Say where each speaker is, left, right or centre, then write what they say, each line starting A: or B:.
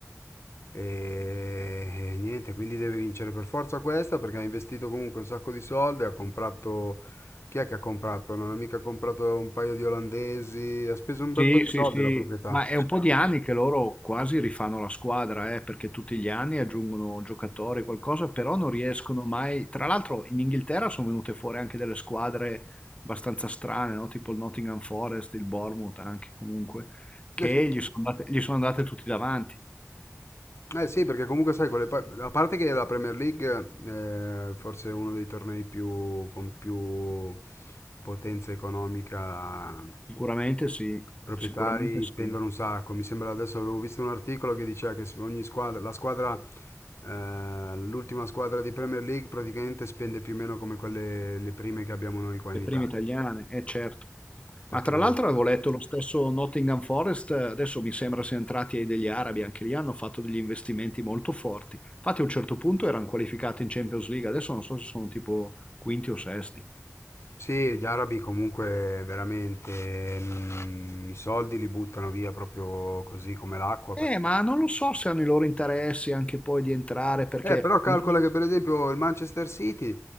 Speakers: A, on the left (about 60°); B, on the left (about 25°).
A: e, e niente, quindi deve vincere per forza questa perché ha investito comunque un sacco di soldi, ha comprato... Chi è che ha comprato? Non ha mica comprato un paio di olandesi, ha speso un bel
B: Sì,
A: po' di
B: sì,
A: soldi
B: sì,
A: la proprietà.
B: ma è un po' di anni che loro quasi rifanno la squadra, eh, perché tutti gli anni aggiungono giocatori, qualcosa, però non riescono mai. Tra l'altro in Inghilterra sono venute fuori anche delle squadre abbastanza strane, no? Tipo il Nottingham Forest, il Bournemouth anche comunque, che
A: Eh sì.
B: gli sono andate, gli sono andate tutti davanti.
A: Eh sì, perché comunque sai, con le pa- a parte che la Premier League è forse uno dei tornei più, con più potenza economica, i
B: Sicuramente sì,
A: proprietari
B: sicuramente sì.
A: spendono un sacco. Mi sembra adesso avevo visto un articolo che diceva che s- ogni squadra, la squadra, eh, l'ultima squadra di Premier League praticamente spende più o meno come quelle le prime che abbiamo noi qua in
B: le
A: Italia.
B: prime italiane, eh certo.
A: Perché
B: Ma tra
A: hanno...
B: l'altro avevo letto lo stesso Nottingham Forest, eh, adesso mi sembra siano entrati ai degli arabi, anche lì hanno fatto degli investimenti molto forti. Infatti a un certo punto erano qualificati in Champions League, adesso non so se sono tipo quinti o sesti.
A: Sì, gli arabi comunque veramente mm, i soldi li buttano via proprio così come l'acqua.
B: Eh, ma non lo so se hanno i loro interessi anche poi di entrare, perché
A: Eh, però calcola
B: non
A: che per esempio il Manchester City